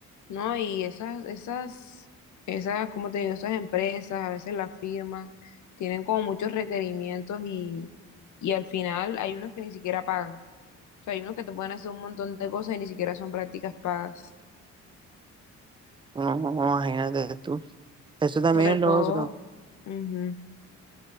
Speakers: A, on the left; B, on the right.
A: No, y esas, esas, esas, ¿cómo te digo? Esas empresas, a veces las firmas, tienen como muchos requerimientos y, y al final hay unos que ni siquiera pagan. O sea, hay unos que te pueden hacer un montón de cosas y ni siquiera son prácticas pagas.
B: No, no, no, imagínate tú. Eso también
A: Sobre
B: es lo
A: todo,
B: otro.
A: ujú,